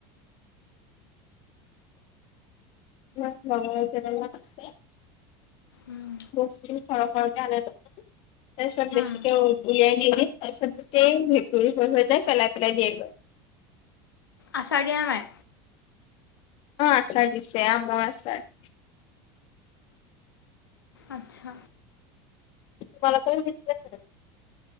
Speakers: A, on the left; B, on the left.
A: মোৰ লগৰ কেইজনীমান আছে
B: উম
A: বস্তু সৰহ সৰহকৈ আনে তাৰ পিছত বেছিকে
B: উম
A: উলিয়াই নিদিয়ে তাৰপিছত গোটেই ভেঁকুৰী হৈ হৈ যায় পেলাই পেলাই দিয়ে গৈ
B: আচাৰ দিয়া নাই?
A: অ আচাৰ দিছে আমৰ আচাৰ।
B: আচ্ছা।
A: তোমালোকলে দিছিলে নে?